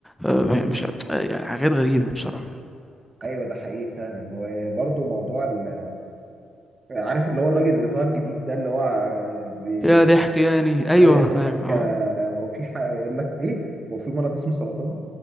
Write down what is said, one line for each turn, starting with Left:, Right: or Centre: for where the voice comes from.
Centre: آه، مش آه، يعني حاجات غريبه بصراحه
Right: ايوه ده حقيقي فعلا وبرضه موضوع ال... عارف اللي هو الراجل اللي ظهر جديد ده اللي هو آه، بي...
Centre: يا ضحك يعني ايوه
Right: ايوه يقول
Centre: ايوه
Right: لك
Centre: اه
Right: آه، هو في ح... يقول لك ايه هو في مرض اسمه سرطان